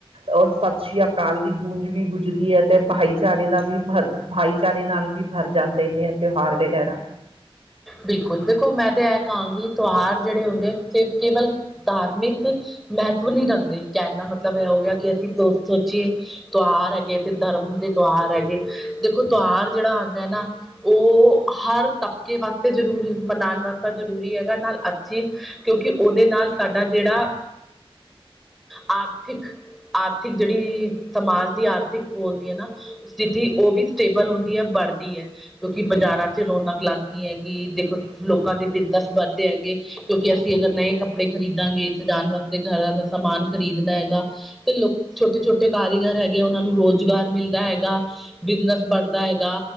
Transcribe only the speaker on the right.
ਔਰ ਸਤਿ ਸ੍ਰੀ ਅਕਾਲ ਦੀ ਗੂੰਜ ਵੀ ਗੁਜਦੀ ਹੈ, ਤੇ ਭਾਈਚਾਰੇ ਦਾ ਵੀ ਭਰ -ਭਾਈਚਾਰੇ ਨਾਲ ਵੀ ਭਰ ਜਾਂਦੇ ਨੇ ਤਿਓਹਾਰ ਵਗੈਰਾ